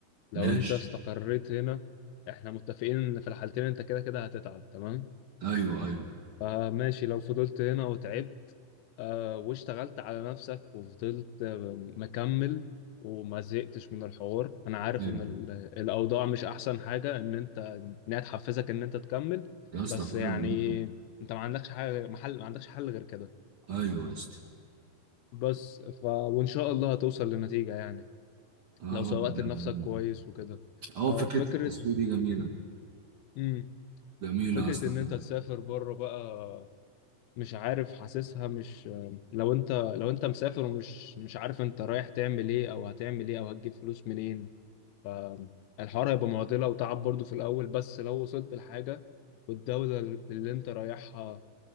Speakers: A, on the left (about 85°); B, on the right (about 55°).
A: لو
B: ماشي
A: انت استقريت هنا احنا متفقين ان في الحالتين انت كده كده هتتعب تمام
B: ايوه ايوه
A: فماشي لو فضلت هنا وتعبت آه، واشتغلت على نفسك وفضلت آه، مكمل وما زهقتش من الحوار انا عارف
B: أيوة.
A: ان ال- الاوضاع مش احسن حاجه ان انت انها تحفزك ان انت تكمل
B: يا اسطى
A: بس
B: فعلا.
A: يعني انت ما عندكش حاجه غير- محل ما عندكش حل غير كده
B: ايوه يا اسطى
A: بس ف وان شاء الله هتوصل لنتيجه يعني
B: يا
A: لو
B: رب
A: سوقت
B: يا
A: لنفسك
B: رب.
A: كويس وكده
B: اه
A: آه،
B: فكرة
A: فكره
B: التسويق دي جميلة
A: مم.
B: جميلة
A: فكره
B: يا اسطى
A: ان انت
B: فعلا
A: تسافر بره بقى مش عارف حاسسها مش لو انت لو انت مسافر ومش مش عارف انت رايح تعمل ايه او هتعمل ايه او هتجيب فلوس منين فالحوار هيبقى معضلة وتعب برضو في الاول بس لو وصلت لحاجة والدولة اللي انت رايحها